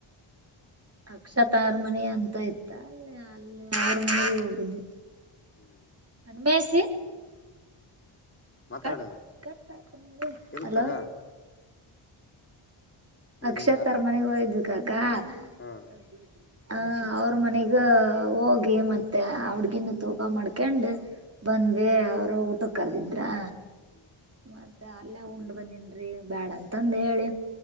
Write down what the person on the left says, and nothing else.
ಹ್ಮ್.
ಮಾತಾಡ
ಎಲ್
ತಗ ಈ
ಯಾರ್
ಹಾ
ಹ್ಮ್
ಹ್ಮ್